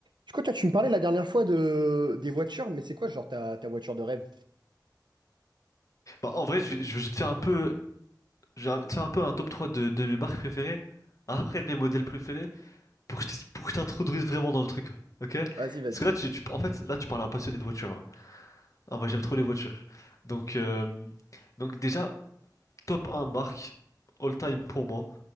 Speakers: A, on the right; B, on the left.
A: Du coup, toi, tu me parlais la dernière fois de des voitures, mais c'est quoi, genre, ta, ta voiture de rêve?
B: Bah, en vrai, je vais, je vais te faire un peu, je vais te faire un peu un top 3 de, de mes marques préférées, après de mes modèles préférés, pour que je t'ex- pour que je t'introduise vraiment dans le truc, ok?
A: Vas-y, vas-y.
B: Parce que là, tu, tu- en fait, là, tu parles à un passionné de voiture. hein. Ah, moi, j'aime trop les voitures. Donc, euh, donc déjà, top un marque, all time pour moi.